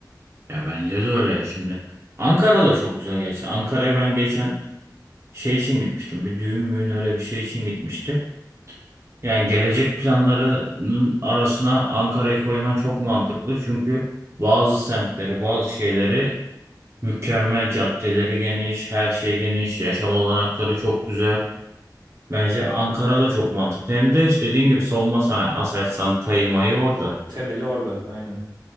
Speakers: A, on the right (about 40°); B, on the right (about 75°).
A: Ya bence de öyle şimdi. Ankara da çok güzel gerçi. Ankara'ya ben geçen şey için gitmiştim. Bir düğün müğün öyle bir şey için gitmiştim. Yani gelecek planlarının arasına Ankara'yı koyman çok mantıklı. Çünkü bazı semtleri, bazı şeyleri mükemmel, caddeleri geniş, her şey geniş, yaşam olanakları çok güzel. Bence Ankara da çok mantıklı. Hem de işte dediğin gibi savunma sanayi, Aselsan, Tayyip Mayı orada.
B: Temeli orada aynen.